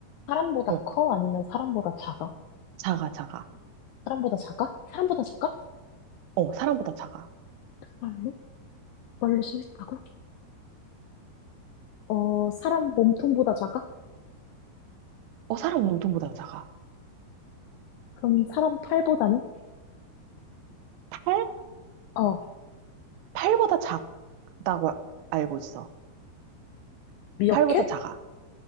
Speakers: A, on the left (about 80°); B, on the right (about 85°).
A: 사람보다
B: 어,
A: 커? 아니면 사람보다 작아?
B: 작아, 작아.
A: 사람보다 작아? 사람보다 작아?
B: 어, 사람보다 작아.
A: 발로 발로 서 있다고? 어, 사람 몸통보다 작아?
B: 어, 사람 몸통보다 작아.
A: 그럼 사람 팔보다는?
B: 팔?
A: 어,
B: 팔보다 작다고 알고 있어.
A: 미어캣?
B: 팔보다 작아.